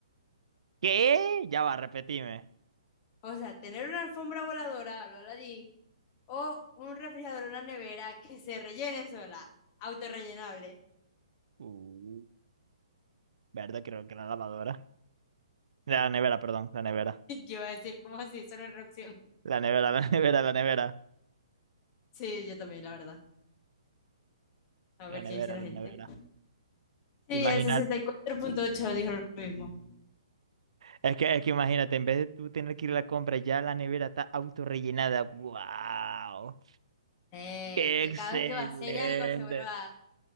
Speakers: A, on the right; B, on the left.
A: ¿Qué? Ya va, repetime.
B: O sea, tener una alfombra voladora a lo aladdin O un refrigerador, una nevera que se rellene sola, autorrellenable.
A: Uh, verdad, creo que la lavadora. La nevera, perdón, la nevera.
B: <laughs> Yo iba a decir, cómo así? Eso no es una opción.
A: La nevera, <laughs> la nevera, la nevera.
B: Sí, yo también, la verdad. A
A: La
B: ver
A: nevera,
B: qué dice la
A: la
B: gente.
A: nevera.
B: Sí,
A: Imagínate,
B: el sesenta y cuatro punto ocho dijo lo mismo.
A: es que, es que imagínate, en vez de tú tener que ir a la compra, ya la nevera está autorrellenada. ¡Wow!
B: Eh,
A: ¡Qué
B: que
A: excelente!
B: cada vez que vacíe algo se vuelva.